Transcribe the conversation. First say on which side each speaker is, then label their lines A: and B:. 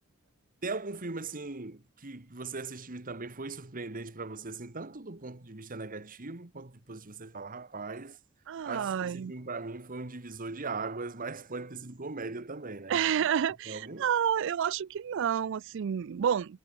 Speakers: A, on the right; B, on the right.
A: Tem algum filme assim que você assistiu e também foi surpreendente para você, assim, tanto do ponto de vista negativo quanto de positivo, você fala, rapaz,
B: Ai,
A: as- esse filme para mim foi um divisor de águas, mas pode ter sido comédia também, né?
B: <laughs>
A: Tem algum?
B: ah, eu acho que não, assim. Bom,